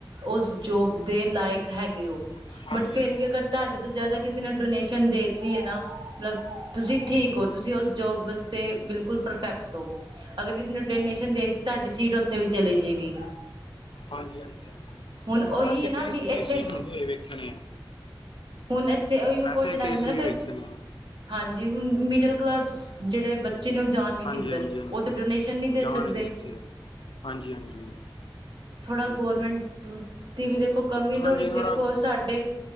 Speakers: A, on the right (about 65°); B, on the left (about 85°).
A: ਓਸ ਜੋਬ ਦੇ ਲਾਏਕ ਹੈਗੇ ਓ
B: ਹਾਂਜੀ
A: ਬਟ ਫੇਰ
B: ਹਾਂਜੀ
A: ਵੀ ਅਗਰ ਤਾਡੇ ਤੋਂ ਜਾਦਾ ਕਿਸ ਨੇ ਡੋਨੇਸ਼ਨ ਦੇ ਦਿੱਤੀ ਏ ਨਾ ਮਲਬ ਤੁਸੀ ਠੀਕ ਓ। ਤੁਸੀ ਓਸ ਜੋਬ ਵਾਸਤੇ ਬਿਲਕੁਲ ਪਰਫੈਕਟ ਓ। ਅਗਰ ਕਿਸੀ ਨੇ ਡੋਨੇਸ਼ਨ ਦੇਤਾ ਤਾਡੀ ਸੀਟ ਓਥੇ ਵੀ ਚਲੇ ਜੇਗੀ।
B: ਹਾਂਜੀ ਹਾਂਜੀ
A: ਉਹੀ
B: ਆਸੇ
A: ਹੈ
B: ਕੇ
A: ਨਾ
B: ਸੀ ਵੀ
A: ਇੱਥੇ
B: ਅਸੀ ਹੁੰਦੇ ਵੇਖੇ ਨੇ।
A: ਹੁਨ ਏਥੇ ਓਈਓ
B: ਐਸੇ
A: ਕੋਸ਼ਚਨ
B: ਕੇਸ
A: ਆ ਜਾਂਦਾ ਨਾ
B: ਵੀ
A: ਫੇਰ।
B: ਵੇਖੇ ਨੇ
A: ਹਾਂ ਜੀ, ਮਿਡਲ ਕਲਾਸ ਜੇੜੇ ਬਚੇ ਨੇ ਓ ਜਾਣਗੇ
B: ਹਾਂਜੀ
A: ਕਿੱਧਰ?
B: ਹਾਂਜੀ ਹਾਂਜੀ
A: ਓ ਤਾਂ ਡੋਨੇਸ਼ਨ ਨੀ ਦੇ
B: ਜਾਣਗੇ
A: ਸਕਦੇ।
B: ਇੱਥੇ ਹਾਂਜੀ ਹਾਂਜੀ
A: ਥੋੜਾ ਗੋਰਮੇਂਟ ਦੀ ਵੀ ਦੇਖੋ ਕਮੀ ਥੋੜੀ
B: ਹਾਂਜੀ ਥੋੜਾ
A: ਦੇਖੋ ਸਾਡੇ